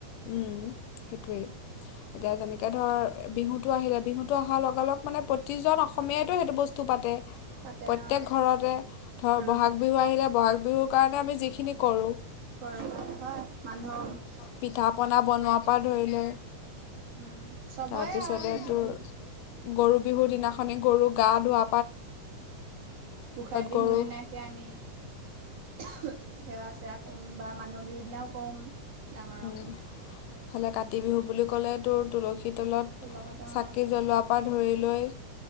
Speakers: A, on the left; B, on the right.
A: উম সেইটোৱেই, এতিয়া যেনেকে ধৰ বিহুটো আহিলে বিহুটো অহাৰ লগা লগ মানে প্ৰতিজন অসমীয়াইতো সেইটো বস্তু পাতে।
B: পাতে
A: প্ৰত্যেক
B: অ'।
A: ঘৰতে। ধৰ
B: উম
A: বহাগ বিহু আহিলে। বহাগ বিহুৰ কাৰণে আমি যিখিনি কৰো।
B: গৰম হয় মানুহ।
A: পিঠা পনা বনোৱাৰ পৰা ধৰি লয়
B: উম চবৰে
A: তাৰপিছতেতো।
B: আৰু যিটো
A: গৰু বিহুৰ দিনাখনে গৰু গা ধুৱা।
B: মগোসাই বিহুৰ
A: গৰু
B: দিনাকে আমি। উ হু সেৱা চেৱা। উম বা মানুহৰ বিহুৰ দিনাও কম। ডাঙৰক।
A: উম, ইফালে কাতি বিহু বুলি 'লে তোৰ তুলসীত। তলত
B: লগত অ
A: চাকি জ্বলোৱাৰ পৰা ধৰি লৈ।